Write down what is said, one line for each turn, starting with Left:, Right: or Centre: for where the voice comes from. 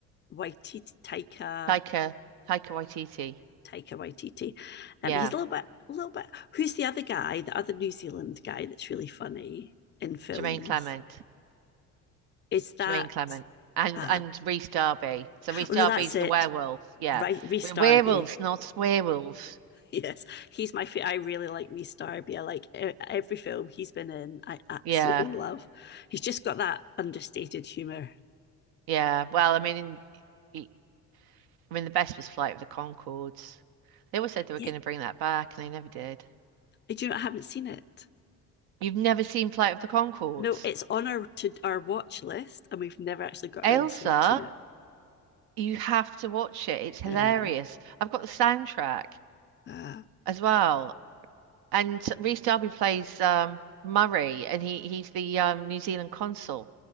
Left: Waititi Taika
Right: Taika, Taika Waititi.
Left: Taika Waititi.
Right: Yeah.
Left: Um, he's a little bit, a little bit. Who's the other guy? The other New Zealand guy that's really funny in films.
Right: Jermaine Clement.
Left: Is that?
Right: Jermaine Clement. And
Left: Uh,
Right: and Reese Darby. So Reese
Left: oh
Right: Darby's
Left: no, that's it.
Right: the werewolf. Yeah.
Left: Right, Reese
Right: We're
Left: Darby.
Right: werewolves,
Left: <laughs>
Right: not werewolves.
Left: Yes, he's my favorite. I really like Reese Darby. I like e- every film he's been in. I absolutely
Right: Yeah.
Left: love. He's just got that understated humor.
Right: Yeah. Well, I mean, in, I mean, the best was Flight of the Conchords. They always said they were
Left: Yeah,
Right: going to bring that back, and they never did.
Left: do you know? I haven't seen it.
Right: You've never seen Flight of the Conchords,
Left: No, it's on our to our watch list, and we've never actually got
Right: Ailsa,
Left: around to watching it.
Right: you have to watch it. It's hilarious.
Left: Yeah,
Right: I've got the soundtrack
Left: uh,
Right: as well. And Rhys Darby plays um, Murray, and he he's the um, New Zealand consul,